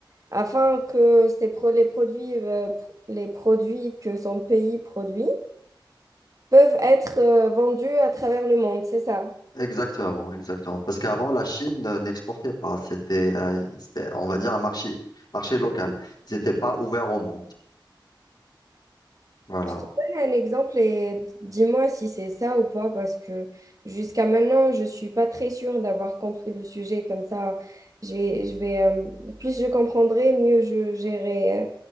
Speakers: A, on the right (about 45°); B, on the left (about 55°).
A: afin que ces pro- les produits, euh, pro- les produits que son pays produit peuvent être euh, vendus à travers le monde, c'est ça?
B: exactement, exactement. Parce qu'avant, la Chine euh, n'exportait pas. C'était, euh, c'était, on va dire, un marché, marché local. Ils n'étaient pas ouverts au monde. Voilà.
A: Je te donne un exemple et dis-moi si c'est ça ou pas, parce que jusqu'à maintenant, je suis pas très sûre d'avoir compris le sujet. Comme ça, je vais, je vais, euh, plus je comprendrai, mieux je gérerai euh,